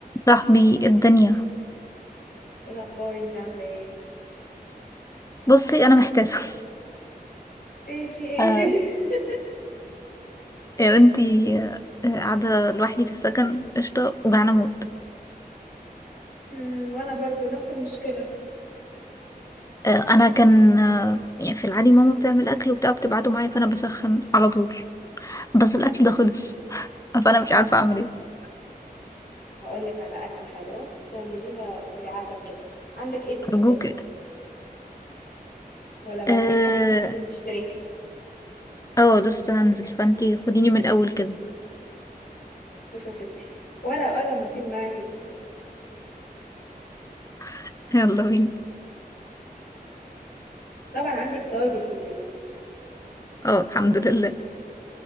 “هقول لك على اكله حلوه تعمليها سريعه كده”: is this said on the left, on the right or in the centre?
Left